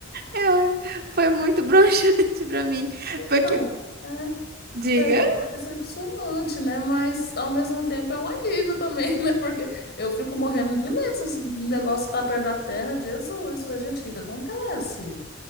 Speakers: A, on the right; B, on the left.
A: Eu- foi muito broxante pra mim, porque,
B: Então, é,
A: diga.
B: perdão, foi decepcionante, né? Mas ao mesmo tempo é um alívio também, <laughs> né? Porque eu fico morrendo de medo se esse negócio tá perto da terra. Jesus, falei, gente, o que que acontece?